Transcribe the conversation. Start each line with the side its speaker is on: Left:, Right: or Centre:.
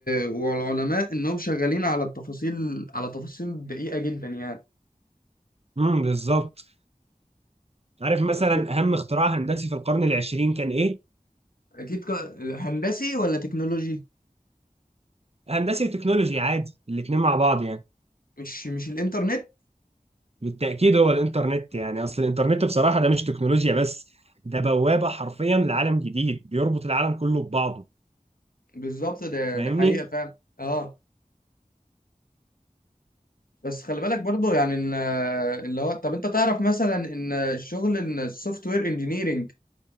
Left: والعلماء انهم شغالين على التفاصيل على تفاصيل دقيقة جدا يعني
Right: امم بالظبط عارف مثلا
Left: طب
Right: اهم اختراع هندسي في القرن العشرين كان ايه؟
Left: اكيد ك... هندسي ولا تكنولوجي
Right: هندسي وتكنولوجي عادي الاتنين مع بعض يعني
Left: مش مش الانترنت
Right: بالتأكيد هو الانترنت يعني اصل الانترنت بصراحة ده مش تكنولوجيا بس ده بوابة حرفيا لعالم جديد بيربط العالم كله ببعضه
Left: بالظبط ده
Right: فاهمني؟
Left: ده حقيقة فعلا اه بس خلي بالك برضو يعني ان اللي هو طب انت تعرف مثلا ان شغل السوفت وير انجينيرنج